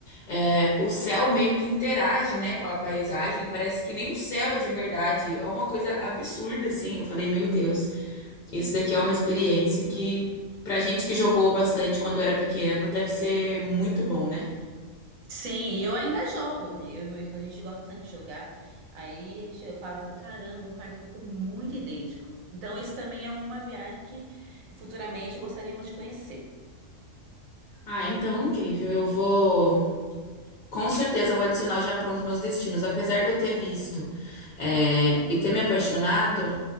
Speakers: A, on the left; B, on the right.
A: é, o céu meio que interage, né, com a paisagem. e Parece que nem o céu é de verdade. É uma coisa absurda, assim. Eu falei, meu Deus, isso daqui é uma experiência que, pra gente que jogou bastante quando era pequeno, deve ser muito bom, né?
B: Sim, e eu ainda jogo. Eu e meu esposo, a gente gosta bastante de jogar. Aí a gente fala, fala, caramba, o parque ficou muito idêntico. Então, esse também é uma viagem que futuramente gostaríamos de conhecer.
A: Ah, então incrível. Eu vou. Com certeza eu vou adicionar o Japão nos meus destinos. Apesar de eu ter visto, é, e ter me apaixonado,